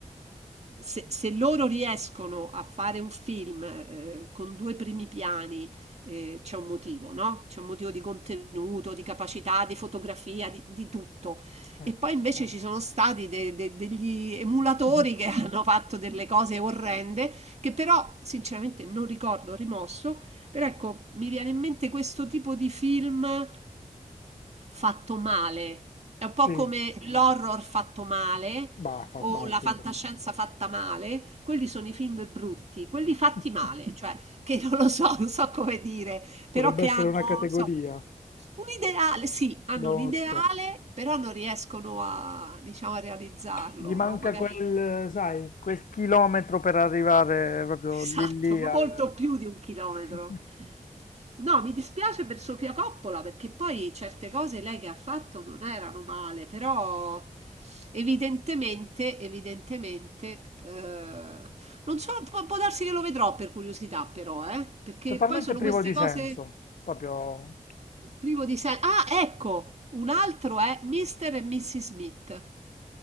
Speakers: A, on the right; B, on the left.
A: se, se loro riescono a fare un film eh, con due primi piani eh, c'è un motivo, no? C'è un motivo di contenuto, di capacità, di fotografia, di, di tutto.
B: sì.
A: E
B: <laughs>
A: poi invece ci sono stati de- de- degli emulatori
B: Mhm.
A: che <laughs> hanno fatto delle cose orrende che però sinceramente non ricordo rimosso però ecco, mi viene in mente questo tipo di film fatto male. È un po'
B: Sì,
A: come l'horror fatto male
B: bah, fantastico.
A: o la fantascienza fatta male. Quelli sono i film brutti, quelli
B: <laughs>
A: fatti male, cioè che non lo so, non so come dire, però
B: Dovrebbe
A: che
B: essere
A: hanno,
B: una categoria
A: non so, un ideale, sì, hanno
B: da
A: un
B: Oscar.
A: ideale, però non riescono a, diciamo, a realizzarlo,
B: Gli manca
A: no? Magari
B: quel, sai, quel chilometro per arrivare proprio
A: Esatto,
B: lì lì
A: molto
B: al...
A: più di un chilometro.
B: <laughs>
A: No, mi dispiace per Sofia Coppola perché poi certe cose lei che ha fatto non erano male, però evidentemente, evidentemente, eh, non so, può, può darsi che lo vedrò per curiosità però, eh, perché
B: Totalmente
A: poi sono
B: privo
A: queste
B: di
A: cose
B: senso, proprio...
A: privo di senso. Ah, ecco, un altro è Mr. e Mrs. Smith.